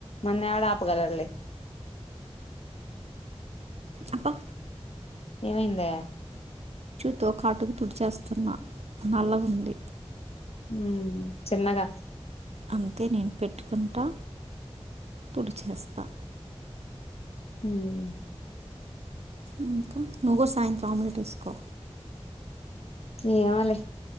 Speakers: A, on the left; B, on the right.
A: నన్ను ఎవడ ఆపుగలర్లే
B: అబ్బా
A: ఏమైందా
B: తో కాటుకు తుడిచేస్తున్నా నల్లగా ఉంది
A: ఉమ్ చిన్నగా
B: అంతే నేను పెట్టుకుంటా తుడిచేస్తా
A: ఉం
B: ఇంకా నువ్ కూడా సాయంత్రం ఆమ్లెట్ వేసుకో
A: ఏమోలే